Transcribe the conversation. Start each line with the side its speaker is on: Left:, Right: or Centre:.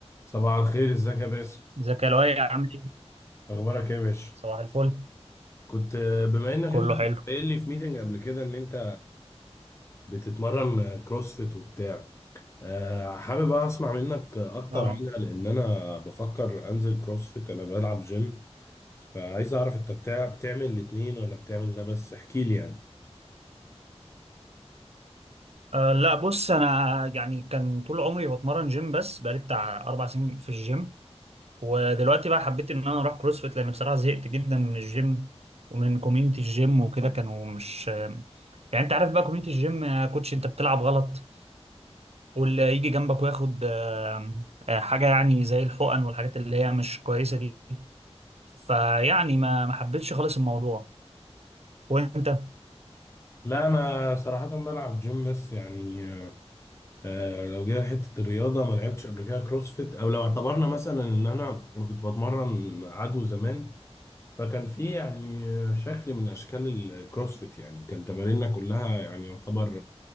Left: صباح الخير ازيك يا باسم
Right: ازيك يا لؤي عامل ايه؟
Left: اخبارك ايه يا باشا
Right: صباح الفل
Left: كنت آه، بما انك
Right: كله
Left: انت
Right: حلو
Left: كنت قايل لي في ميتنج قبل كده ان انت بتتمرن آه، كروسفيت وبتاع آه، حابب بقى اسمع منك آه، اكتر
Right: اه
Left: عنها لان انا بفكر انزل كروسفيت انا بلعب جيم فعايز اعرف انت بتاع بتعمل الاتنين ولا بتعمل ده بس احكي لي يعني
Right: آه، لا بص انا يعني كان طول عمري بتمرن جيم بس بقالي بتاع اربع سنين في الجيم ودلوقتي بقى حبيت ان انا اروح كروسفيت لان بصراحه زهقت جدا من الجيم ومن كوميونتي الجيم وكده كانوا مش آه، يعني انت عارف بقى كوميونتي الجيم آه، كوتش انت بتلعب غلط واللي يجي جنبك وياخد آه، آه، حاجه يعني زي الحقن والحاجات اللي هي مش كويسه دي فيعني ما ما حبيتش خالص الموضوع وانت
Left: لا انا صراحة بلعب جيم بس يعني آه، لو جينا حتة الرياضة ما لعبتش قبل كده كروسفيت او لو اعتبرنا مثلا ان انا أنا كنت بتمرن عدو زمان فكان في يعني شكل من اشكال الكروسفيت يعني كان تماريننا كلها يعني يعتبر